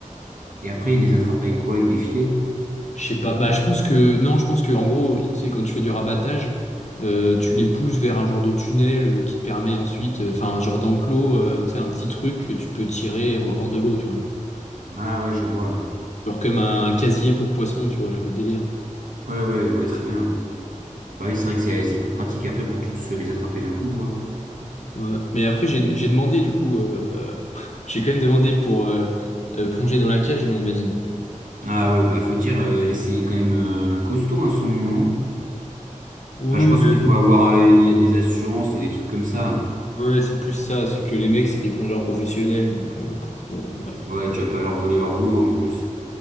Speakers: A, on the right; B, on the left.
A: Et après, ils les attrapent avec quoi? Avec des filets?
B: Je sais pas. Bah je pense que non, je pense que en gros, tu sais quand tu fais du rabattage, euh, tu les pousses vers un genre de tunnel euh, qui te permet ensuite, euh, enfin un genre d'enclos, euh, tu sais un petit truc que tu peux tirer hors, hors de l'eau, tu vois.
A: Ah ouais, je vois.
B: Genre comme un casier pour poissons, tu vois, le délire.
A: Ouais, ouais, ouais, très bien. Bah oui, c'est vrai que c'est c'est plus pratique après pour tous euh, les attraper d'un coup, quoi.
B: Ouais. Mais après j'ai j'ai demandé du coup, euh, <laughs> j'ai quand même demandé pour euh, euh, plonger dans la cage, mais on m'a dit non.
A: Ah ouais, bah faut dire, euh, c'est quand même euh, costaud un saumon, non?
B: Oui,
A: Enfin, je pense
B: mais
A: qu'il faut avoir, euh, il y a des assurances et des trucs comme ça.
B: Ouais, c'est plus ça, c'est que les mecs, c'est des plongeurs professionnels, donc euh, pff, bon, bref.
A: Ouais, tu vas pas leur voler leur boulot en plus.